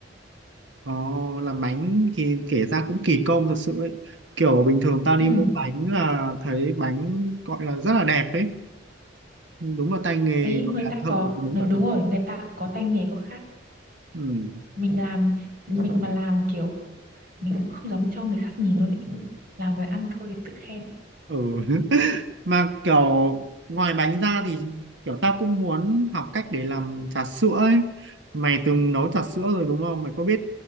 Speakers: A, on the right (about 75°); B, on the right (about 50°).
A: Ờ, làm bánh thì kể ra cũng kỳ công thực sự ấy kiểu bình thường tao đi
B: ừ
A: mua bánh là thấy bánh gọi là rất là đẹp ấy đúng là tay nghề
B: đấy
A: gọi
B: người
A: là
B: ta
A: thợ
B: có
A: thì đúng
B: người-
A: là
B: đúng
A: thật
B: rồi người ta có tay nghề có khác
A: ừ.
B: mình làm mình mà làm kiểu mình không dám cho người khác nhìn luôn ấy làm đồ ăn thôi tự khen
A: ừ <laughs> mà kiểu ngoài bánh ra thì kiểu tao cũng muốn học cách để làm trà sữa ấy mày từng nấu trà sữa rồi đúng không mày có biết